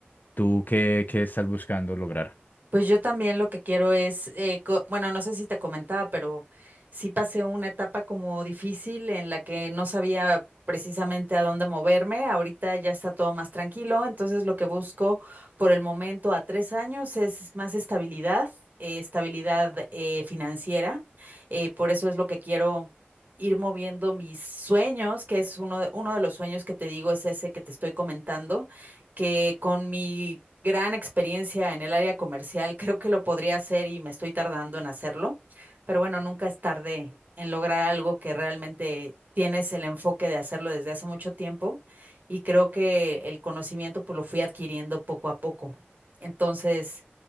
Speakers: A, on the left (about 45°); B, on the right (about 50°).
A: tú qué, qué estás buscando lograr?
B: Pues yo también lo que quiero es, eh, co- bueno, no sé si te comentaba, pero sí pasé una etapa como difícil en la que no sabía precisamente a dónde moverme. Ahorita ya está todo más tranquilo, entonces lo que busco por el momento a tres años es más estabilidad, eh, estabilidad eh, financiera. eh, por eso es lo que quiero ir moviendo mis sueños, que es uno, uno de los sueños que te digo, es ese que te estoy comentando que con mi gran experiencia en el área comercial <laughs> creo que lo podría hacer y me estoy tardando en hacerlo, pero bueno, nunca es tarde en lograr algo que realmente tienes el enfoque de hacerlo desde hace mucho tiempo y creo que el conocimiento pues lo fui adquiriendo poco a poco. Entonces,